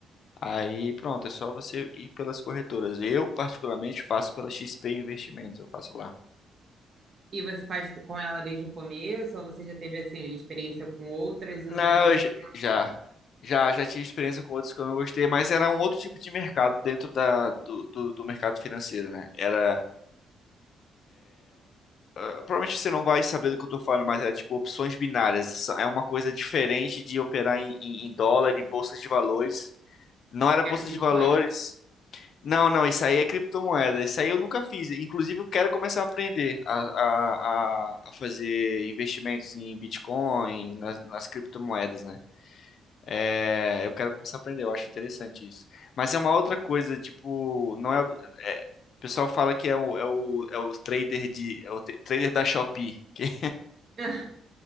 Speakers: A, on the left; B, on the right.
A: Aí, pronto, é só você ir pelas corretoras. Eu, particularmente, faço pela XP Investimentos, eu faço lá.
B: E você faz com ela desde o começo, ou você já teve assim experiência com outras e
A: Não,
B: no final você
A: eu j-
B: realmente
A: já, já, já tive experiência com outros que eu não gostei, mas era um outro tipo de mercado dentro da, do, do, do mercado financeiro, né? Era, ah, provavelmente você não vai saber do que eu tô falando, mas era tipo opções binárias. Isso É uma coisa diferente de operar em, em, em dólar e bolsa de valores. Não era
B: é
A: bolsa
B: com Bitcoin?
A: de valores. Não, não, isso aí é criptomoeda. Isso aí eu nunca fiz. Inclusive, eu quero começar a aprender a, a, a, a fazer investimentos em Bitcoin, nas, nas criptomoedas, né? É, eu quero começar a aprender, eu acho interessante isso. Mas é uma outra coisa, tipo, não é, é, o pessoal fala que é o, é o, é o trader de, é o tra- trader da Shopee, <laughs> quem,
B: <laughs>